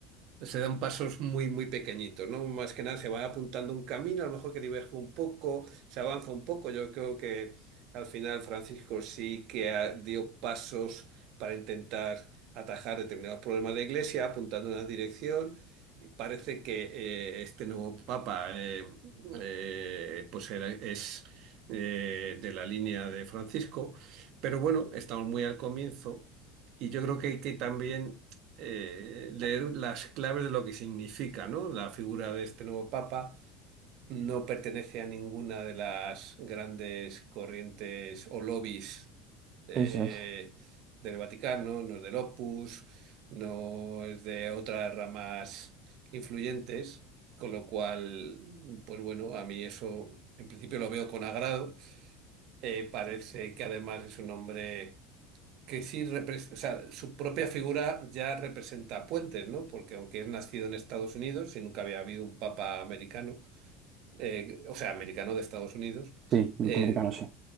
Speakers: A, on the right; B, on the right.
A: eh, se dan pasos muy, muy pequeñitos, ¿no? Más que nada se va apuntando un camino, a lo mejor que diverge un poco, se avanza un poco. Yo creo que al final Francisco sí que ha- dio pasos para intentar atajar determinados problemas de la Iglesia, apuntando en una dirección. Y Parece que eh, este nuevo Papa eh, eh, pues era- es eh, de la línea de Francisco, pero bueno, estamos muy al comienzo. Y yo creo que hay que también eh, leer las claves de lo que significa, ¿no? La figura de este nuevo papa no pertenece a ninguna de las grandes corrientes o lobbies eh,
B: eso es.
A: del Vaticano, no es del Opus, no es de otras ramas influyentes, con lo cual, pues bueno, a mí eso en principio lo veo con agrado. Eh, parece que además es un hombre que sí repres- o sea, su propia figura ya representa puentes, ¿no? Porque aunque es nacido en Estados Unidos y nunca había habido un papa americano, eh, o sea, americano de Estados Unidos,
B: Sí, norteamericano,
A: eh,
B: sí.